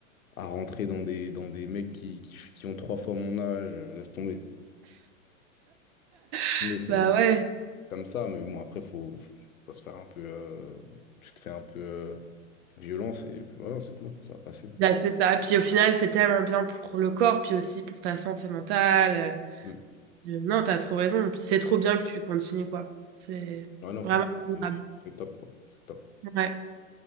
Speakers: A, on the left; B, on the right.
A: à rentrer dans des, dans des mecs qui, qui, qui ont trois fois mon âge, euh, laisse tomber.
B: <laughs>
A: Bon, c'est
B: bah
A: c'est
B: ouais.
A: comme ça, mais bon, après, faut, faut, faut se faire un peu, euh, tu te fais un peu euh, violence et puis voilà, c'est tout, ça va passer.
B: Bah, c'est ça. Puis au final, c'est tellement bien pour le corps, puis aussi pour ta santé mentale.
A: Mm.
B: Euh, Non, t'as trop raison. Puis C'est trop bien que tu continues, quoi. C'est
A: Ouais, non,
B: vraiment
A: franchement,
B: admirable.
A: c'est c'est top, quoi, c'est top.
B: Ouais.